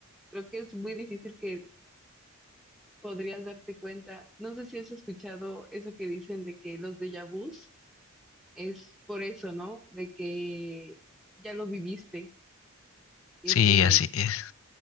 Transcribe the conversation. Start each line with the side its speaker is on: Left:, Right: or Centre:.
Centre: creo que es muy difícil que podrías darte cuenta. No sé si has escuchado eso que dicen de que los déjà vu es por eso, ¿no? De que ya lo viviste y
Left: Sí,
Centre: es como
Left: así
Centre: de,
Left: es.